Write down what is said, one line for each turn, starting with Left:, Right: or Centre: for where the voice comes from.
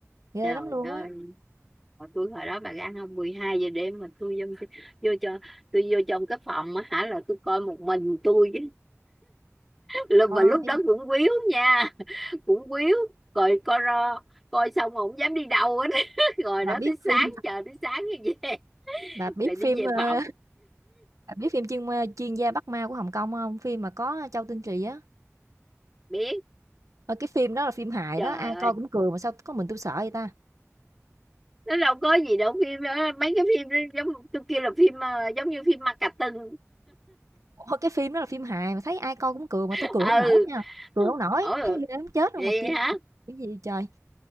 Right: Ghê
Centre: trời
Right: lắm luôn
Centre: ơi
Right: á.
Centre: hồi tôi hồi đó bà gan không 12 giờ đêm mà tôi vô vô cho tôi vô trong cái phòng á hả là tôi coi một mình tôi chứ là mà
Right: Ôi,
Centre: lúc đó cũng quýu nha cũng quýu coi coi ro coi xong mà không dám đi đâu hết <laughs> rồi
Right: bà
Centre: đó
Right: biết
Centre: tới sáng
Right: phim
Centre: chờ tới sáng như vậy,
Right: bà biết
Centre: rồi
Right: phim,
Centre: đi về
Right: ơ, <laughs>
Centre: phòng
Right: bà biết phim chuyên Chuyên gia Bắt Ma của Hồng Kông không Phim mà có Châu Tinh Trì á.
Centre: biết
Right: Ơ, cái phim đó là phim hài
Centre: trời
Right: đó, ai
Centre: ơi
Right: coi cũng cười mà sao có mình tôi sợ vậy ta?
Centre: nó đâu có gì đâu phim đó. mấy cái phim đó giống tôi kêu là phim ờ, giống như phim ma cà tưng
Right: Ủa, cái phim đó là phim hài mà thấy ai coi cũng cười
Centre: <laughs>
Right: mà tôi cười
Centre: ừ
Right: không nổi nha, cười không nổi,
Centre: ủa
Right: thấy ghê muốn chết luôn
Centre: vậy
Right: mà kêu
Centre: hả
Right: mà cái gì trời.